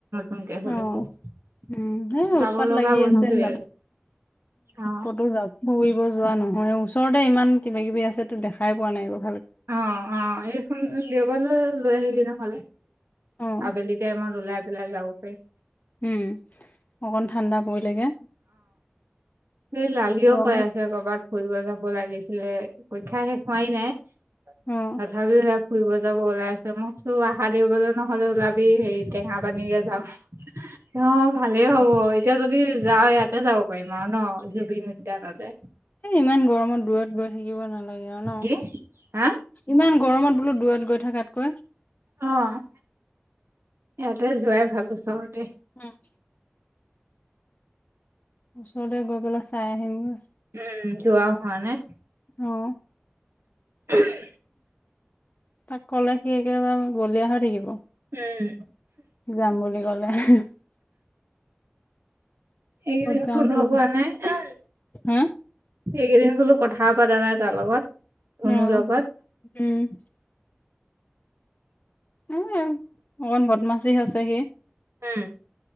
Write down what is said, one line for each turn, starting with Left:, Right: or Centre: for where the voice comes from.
Right: <inaudible>
Left: অ' উম হ
Right: চাব
Left: উৎপাত
Right: লগা
Left: লাগি
Right: বস্তুৱে
Left: আছে য
Right: অ
Left: কতো য ফৰিব যোৱা নহ ম ওচৰতে ইমান কিবা কিবি আছে টো দেখাই পোৱা নাই বাৰু।
Right: অ অ এইখন দেওবাৰৈ লৈ আহিবি নহলে।
Left: অ'
Right: আবেলিতে মই ওলাই পেলাই যাব পাৰিম।
Left: উম অকণ ঠাণ্ডা পৰিলেগে।
Right: স লালিও
Left: গৰম
Right: কৈ আছে কৰবাত ফুৰিব যাব লাগিছিলে পৰীক্ষা শেষ হোৱাই নাই।
Left: অ'
Right: তথাবিও হে ফুৰিব যাব ওলাই আছে মোক চোন আহা দেওবাৰেলৈ নহলে ওলাবি হেই টেঙা পানীকে যাম। অ ভালেই হব এতিয়া যদি যা ইয়াতে যাব পাৰিম আও ন। জুবিন উদ্যানতে
Left: সেই ইমান গৰমত দূৰত গৈ থাকিব নালাগে। লাগ ন
Right: কি হা
Left: ইমান গৰমত বোলো দূৰত গৈ থাকাতকৈ
Right: অঁ ইয়াতে যোৱাই ভাল ওচৰতে
Left: উম। ওচৰতে গৈ পেলাই চাই আহিমগৈ।
Right: উম যোৱা হোৱা নাই।
Left: অ
Right: <unintelligible>
Left: তাক ক'লে সেই একেবাৰ বলিয় হৈ থাকিব।
Right: উম।
Left: যাম <unintelligible>
Right: এইকেইদিন <unintelligible>
Left: যাওঁ কি হা
Right: সেইকেইদিন বোলো কথা পতা নাই তাৰ লগত। কোনো
Left: আঁহ
Right: লগত
Left: উম। এ অকণ বদমাছি হৈছে সি।
Right: উম